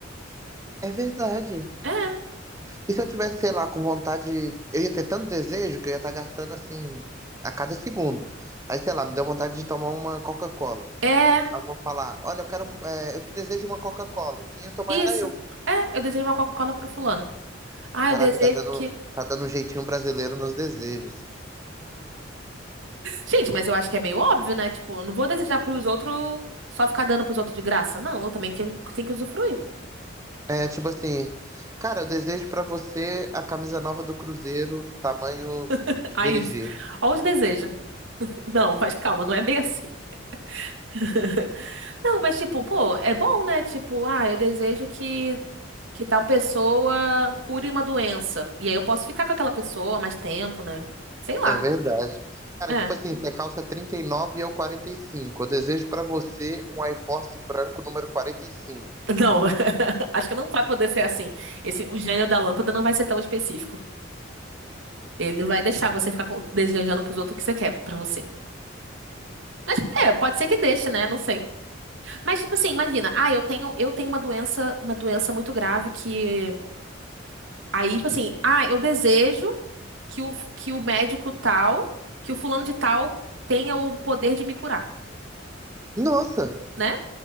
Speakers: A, on the right; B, on the right.
A: É verdade.
B: É,
A: E se eu tivesse, sei lá, com vontade, eu ia ter tanto desejo que eu ia estar gastando assim a cada segundo. Aí, sei lá, me deu vontade de tomar uma Coca-Cola.
B: é,
A: Aí eu vou falar, olha, eu quero, é, eu te desejo uma Coca-Cola. E quem ia tomar
B: isso.
A: era eu.
B: É, eu desejo uma Coca-Cola pro fulano. Ah,
A: Caraca,
B: eu desejo
A: tá dando,
B: que
A: tá dando um jeitinho brasileiro nos desejos.
B: Gente, mas eu acho que é meio óbvio, né? Tipo, eu não vou desejar pros outros só ficar dando pros outros de graça. Não, eu também tenho, tenho que usufruir.
A: É, tipo assim, cara, eu desejo pra você a camisa nova do Cruzeiro, tamanho
B: <laughs>
A: GG.
B: Aí, olha os desejos. <laughs> Não, mas calma, não é bem assim. <laughs> Não, mas tipo, pô, é bom, né? Tipo, ah, eu desejo que, que tal pessoa cure uma doença. E aí eu posso ficar com aquela pessoa mais tempo, né? Sei lá.
A: É verdade. Cara,
B: É.
A: tipo assim, você calça trinta e nove e eu quarenta e cinco, Eu desejo pra você um iForce branco número 45.
B: Não, <laughs> acho que não vai poder ser assim. Esse, o gênio da lâmpada não vai ser tão específico. Ele não vai deixar você ficar com- desejando pros outros o que você quer pra você. Mas é, pode ser que deixe, né? Não sei. Mas, tipo assim, imagina, ah, eu tenho, eu tenho uma doença, uma doença muito grave que. Aí, tipo assim, ah, eu desejo que o, que o médico tal, que o fulano de tal tenha o poder de me curar,
A: Nossa,
B: né?